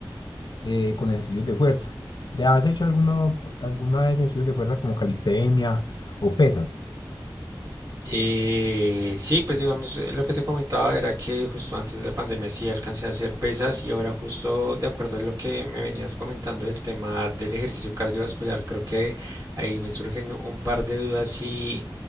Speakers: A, on the left; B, on the right.
A: eh, con ejercicios de fuerza. ¿Te has hecho alguno, alguna vez ejercicios de fuerza como calistenia o pesas?
B: Eh, sí, pues digamos, eh, lo que te comentaba era que justo antes de la pandemia sí alcancé a hacer pesas y ahora justo de acuerdo a lo que me venías comentando del tema del ejercicio cardiovascular, creo que ahí me surgen un par de dudas y